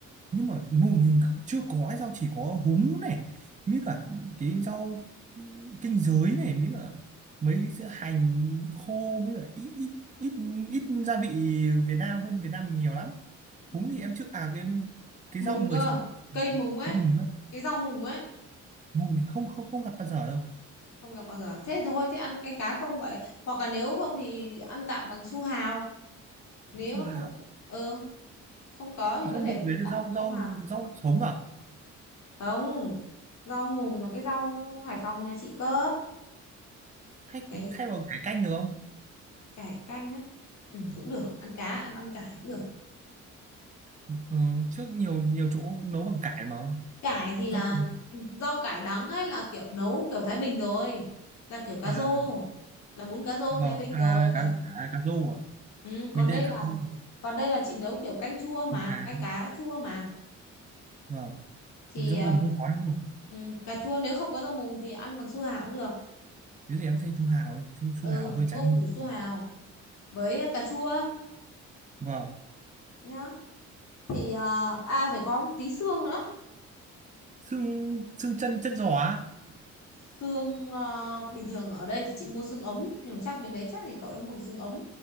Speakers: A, on the right (about 25°); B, on the left (about 65°).
A: nhưng mà mùng mình chưa có ấy, rau chỉ có húng này mới cả cái rau kinh giới này mới cả mấy cái sữa hành khô mới cả ít ít ít ít gia vị Việt Nam hơn Việt Nam mình nhiều lắm
B: Ừ.
A: húng thì em chưa à cái cái
B: mùng
A: rau vừa
B: cơ
A: chị
B: cây mùng ấy
A: mùng á
B: cái rau mùng ấy
A: mùng thì không không không gặp bao giờ đâu
B: không gặp bao giờ thế thôi thế ăn canh cá không vậy hoặc là nếu không thì ăn tạm bằng su hào nếu
A: su
B: mà
A: hào
B: không ừ không có thì
A: rau
B: có thể
A: mùng
B: thay
A: đấy là
B: tạm
A: rau
B: bằng
A: rau
B: su hào
A: rau sống à
B: không rau mùng là cái rau Hải Phòng nhà chị cơ
A: hay
B: cái
A: thay bằng cải canh được không
B: cải canh á ừ, cũng được ăn cá ăn ăn cải cũng được
A: ừ, trước nhiều nhiều chỗ nấu bằng cải mà
B: cải thì là
A: rau mùng
B: ừ, rau cải đắng ấy là kiểu nấu kiểu Thái Bình rồi là kiểu cá
A: à
B: rô là bún cá rô
A: vâng
B: Thái Bình
A: à
B: rồi cá...
A: cá à, cá rô à
B: ừ, còn
A: mình đây
B: đây
A: là
B: là
A: cá rô
B: còn đây là chị nấu kiểu canh chua mà
A: mùng cá
B: canh cá chua mà
A: vâng
B: thì
A: rau
B: à,
A: mùng không có đâu
B: ừ, cà chua nếu không có rau mùng thì ăn bằng su hào cũng được
A: thế thì em thay chú Hào đi chú
B: ừ
A: chú Hào hơi
B: mua
A: trái mùa
B: củ su hào với cà chua
A: vâng
B: nhá thì ờ, à phải có một tí xương nữa
A: xương xương chân chân giò á?
B: xương ờ, bình thường ở đây thì chị mua xương ống nhưng mà chắc bên đấy chắc thì cậu đã mua được xương ống